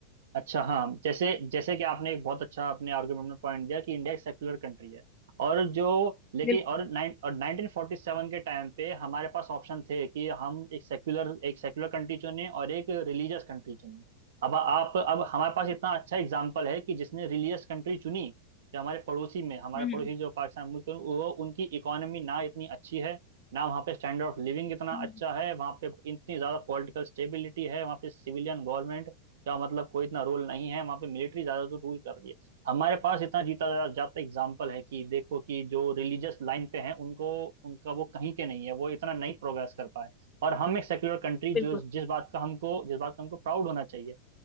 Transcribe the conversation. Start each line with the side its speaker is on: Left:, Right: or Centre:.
Right: अच्छा हाँ जैसे जैसे कि आपने एक बहुत अच्छा अपने आर्गुमेंट में पॉइंट दिया कि इंडिया एक सेक्युलर कंट्री है और जो लेकिन
Left: बिल्कुल
Right: और नाइन और 1947 के टाइम पे हमारे पास ऑप्शन थे कि हम एक सेक्युलर एक सेक्युलर कंट्री चुने और एक रिलीजियस कंट्री चुने अब आप अब हमारे
Left: बिल्कुल
Right: पास इतना अच्छा एग्जाम्पल है कि जिसने रिलीजियस कंट्री चुनी जो हमारे पड़ोसी में हमारे
Left: हम्म
Right: पड़ोसी जो पाकिस्तान मुल्क है वो उनकी इकोनॉमी ना इतनी अच्छी है ना वहाँ पे स्टैंडर्ड ऑफ लिविंग इतना
Left: हम्म,
Right: अच्छा है वहाँ पे इतनी ज़्यादा पॉलिटिकल स्टेबिलिटी है वहाँ पे सिविलियन गवर्नमेंट क्या मतलब कोई इतना रोल नहीं है वहां पे मिलिट्री ज्यादा तो रूल कर रही है हमारे पास इतना जीता जा- जाता एग्जाम्पल है कि देखो कि जो रिलीजियस लाइन पे हैं उनको उनका वो कहीं के नहीं है वो इतना नहीं प्रोग्रेस कर पाए और हम एक सेक्युलर कंट्री
Left: बिल्कुल
Right: जो जिस बात का हमको जिस बात का हमको प्राउड होना चाहिए